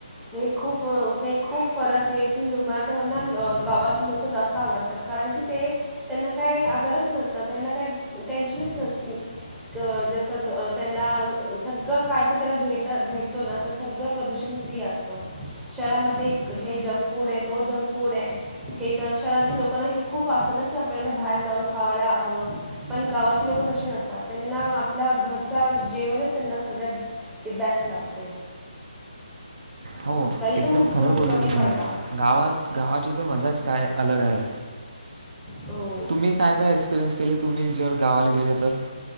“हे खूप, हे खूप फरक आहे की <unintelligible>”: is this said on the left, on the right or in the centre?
Centre